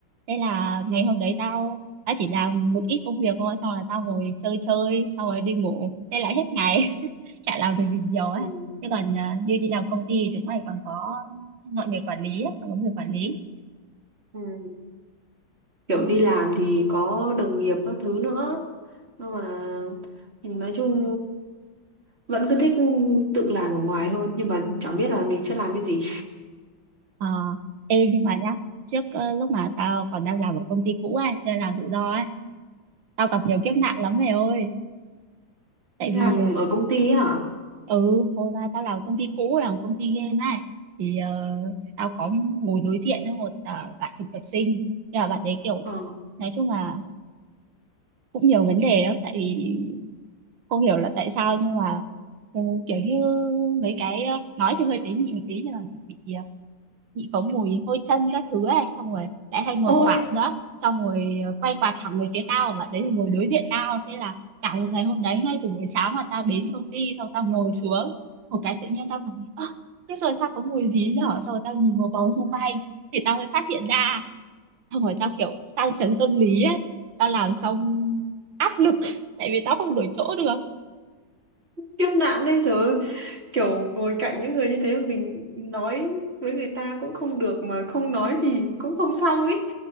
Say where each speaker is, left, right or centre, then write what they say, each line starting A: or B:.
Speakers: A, on the right (about 75°); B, on the right (about 30°).
A: thế là ngày hôm đấy tao tao chỉ làm một ít công việc thôi xong rồi tao ngồi chơi chơi xong rồi đi ngủ thế là hết ngày <laughs> chả làm được gì nhiều ấy
B: Ừ.
A: thế còn à, như đi làm công ty thì chúng mày còn có mọi người quản lý ấy, còn có người quản lý
B: Ừ. kiểu
A: Đó.
B: đi làm thì có đồng nghiệp các thứ nữa nhưng mà nói chung vẫn cứ thích tự làm ở ngoài hơn nhưng mà chẳng biết là mình sẽ làm cái gì
A: Ờ, ê nhưng mà nhá trước ờ, lúc mà tao còn đang làm ở công ty cũ ấy chưa làm tự do ấy tao gặp
B: Ừ.
A: nhiều kiếp nạn lắm mày ơi tại
B: đi làm
A: vì ờ,
B: ở công ty ấy hả
A: ừ hồi mà tao làm công ty cũ làm công ty game á thì ờ, tao có ngồi đối diện với một ờ, bạn thực tập sinh nhưng mà bạn đấy kiểu
B: ờ
A: nói chung là cũng nhiều vấn đề lắm tại vì không hiểu là tại sao nhưng mà ừ, kiểu như mấy cái ờ, nói thì hơi tế nhị một tí nhưng mà bị ờ, bị có mùi hôi chân các thứ ấy xong rồi lại hay ngồi
B: ôi
A: quạt nữa xong rồi ờ, quay quạt thẳng về phía tao và đấy thì ngồi đối diện tao thế là cả một ngày hôm đấy ngay từ buổi sáng mà tao đến công ty xong tao ngồi xuống một cái tự nhiên tao cảm thấy ơ thế rồi sao có mùi gì nhở xong rồi tao nhìn một vòng xung quanh thì tao mới phát hiện ra xong rồi tao kiểu sang chấn tâm lý ấy tao làm trong áp lực <laughs> tại vì tao không đổi chỗ được
B: kiếp nạn đấy trời ơi. kiểu ngồi cạnh những người như thế mà mình nói với người ta cũng không được mà không nói thì cũng không xong ấy